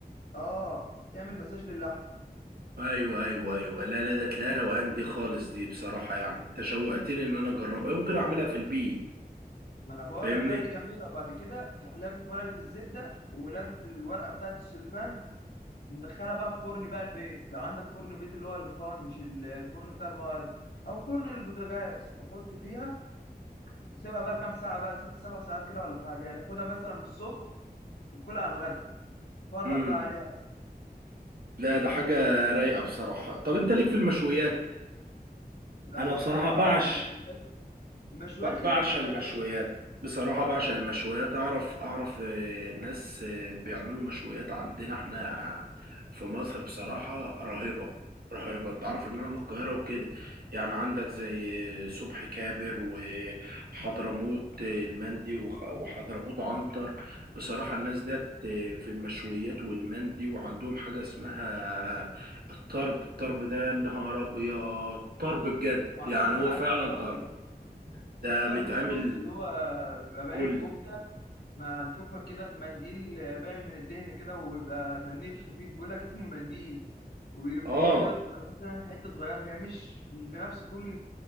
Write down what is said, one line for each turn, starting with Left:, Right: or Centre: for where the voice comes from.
Left: اه تعمل مساج للحم
Right: ايوه ايوه ايوه لا لا ده تلاقي روقان دي خالص دي بصراحة يعني انت شوقتني ان انا اجربها يمكن اعملها في البيت
Left: ما انا بقول
Right: فاهمني
Left: لك لا دي جميله وبعد كده تروح لافف ورقه الزبده ولافف الورقه بتاعت السلوفان ومدخلها بقى في فرن بقى البيت لو عندك فرن بيت اللي هو الفرن مش الفرن بتاع الم... او فرن البوتاجاز وحط فيها وسيبها بقى كام ساعة بقى ست سبع ساعات كده ولا حاجة يعني خدها مثلا من الصبح وكلها على الغدا اتفرج
Right: امم
Left: بقى عليها بقى
Right: لا ده حاجة رايقة بصراحة طب انت ليك في المشويات
Left: لا
Right: انا
Left: الصراحة
Right: بصراحة بعش
Left: المشويات المشويات
Right: ب-
Left: ليا
Right: بعشق
Left: فيها كآب
Right: المشويات بصراحة بعشق
Left: أنا لما-
Right: المشويات أعرف أعرف آه، ناس آه، بيعملوا مشويات عندنا إحنا في مصر بصراحة رهيبة رهيبة أنت عارف إن أنا من القاهرة وكده يعني عندك زي آه، صبحي كابر وحضرموت آه، المندي وخ- وحضرموت عنتر بصراحة الناس ديت آه، في المشويات والمندي وعندهم حاجة اسمها الطرب الطرب ده يا نهار أبيض طرب بجد
Left: أعتقد
Right: يعني
Left: أنا
Right: هو
Left: عارف
Right: فعلا
Left: الطرب
Right: طرب
Left: ده
Right: ده
Left: الطرب
Right: بيتعمل
Left: ده بص اللي هو بيبقى باين
Right: قول
Left: كفتة ملفوفة كده بمنديل باين من الدهن كده وبيبقى منديل خفيف بيقول لك اسمه المنديل وبيلفوها
Right: اه
Left: كده بتبقى مثلا حتة صغيرة هي مش مش بنفس طول